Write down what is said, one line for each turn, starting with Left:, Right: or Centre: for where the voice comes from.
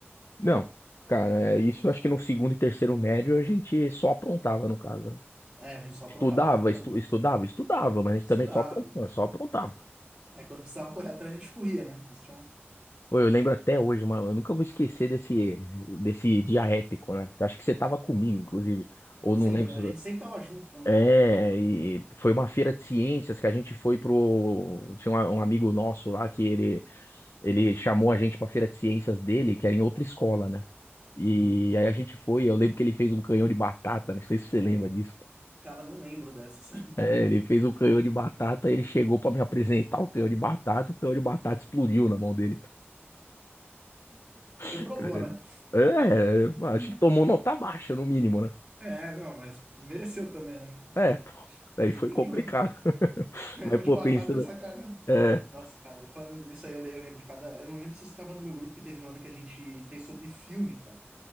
Left: Não, cara, é, isso eu acho que no segundo e terceiro médio a gente só aprontava, no caso.
Right: É, a gente só aprontava,
Left: Estudava,
Right: exatamente.
Left: estu- estudava, estudava, mas a gente
Right: Estudava.
Left: também só aprontava, só aprontava.
Right: Aí quando precisava correr atrás, a gente corria, né? Eles tinham...
Left: Pô, eu lembro até hoje, mano, eu nunca vou esquecer desse, desse dia épico, né? Eu acho que você tava comigo, inclusive, ou
Right: Sempre,
Left: não lembro,
Right: né? A gente sempre tava junto quando
Left: É,
Right: a gente aprontava.
Left: e foi uma feira de ciências que a gente foi pro. Tinha um, um amigo nosso lá que ele, ele chamou a gente pra feira de ciências dele, que era em outra escola, né? E
Right: Uhum.
Left: aí a gente foi, eu lembro que ele fez um canhão de batata, não sei se você lembra disso, cara.
Right: Cara, não lembro dessas.
Left: É, ele fez um canhão de batata, ele chegou pra me apresentar o canhão de batata, o canhão de batata explodiu na mão dele, pô. <laughs>
Right: <laughs> Reprovou,
Left: Cara,
Right: né?
Left: é, acho
Right: Hum.
Left: que tomou nota baixa, no mínimo, né?
Right: É, não, mas mereceu também, né?
Left: É, pô, isso aí
Right: <laughs>
Left: foi complicado. <laughs>
Right: Canhão
Left: Mas, pô,
Right: de batata
Left: pensa, né?
Right: é sacanagem.
Left: É.
Right: Nossa, cara, falando disso aí, eu le- eu lembro de cada. Eu não lembro se você tava no meu grupo, porque teve um ano que a gente fez sobre filme, cara.